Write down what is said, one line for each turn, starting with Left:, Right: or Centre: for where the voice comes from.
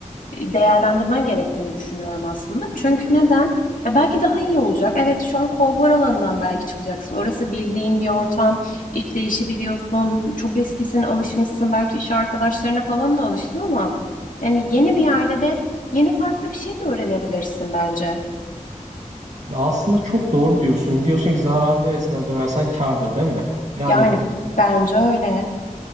Left: değerlendirmen gerektiğini düşünüyorum aslında. Çünkü neden? Ya belki daha iyi olacak. Evet, şu an konfor alanından belki çıkacaksın. Orası bildiğin bir ortam. işleyişi biliyorsun. Çok eskisin, alışmışsın. Belki iş arkadaşlarına falan da alıştın ama yani yeni bir yerde de yeni farklı bir şey de öğrenebilirsin bence.
Right: Ya Aslında çok doğru diyorsun. Diyorsun ki zararın neresine dönersen kârdır değil mi? Yani
Left: Yani bence öyle.